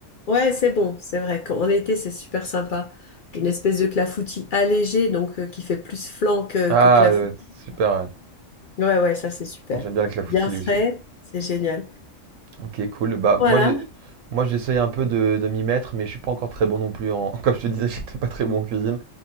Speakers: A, on the left; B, on the right.
A: Ouais, c'est bon, c'est vrai qu'en été, c'est super sympa. Une espèce de clafoutis allégé, donc euh, qui fait plus flan que,
B: Ah,
A: que clafoutis.
B: ça va être super, ouais.
A: Ouais, ouais, ça, c'est super.
B: J'aime bien la clafoutis
A: Bien frais,
B: aussi.
A: c'est génial.
B: Ok, cool. Bah,
A: Voilà,
B: moi, j'ai, moi, j'essaye un peu de, de m'y mettre, mais je suis pas encore très bon non plus en, <laughs> comme je te disais, j'étais pas très bon en cuisine.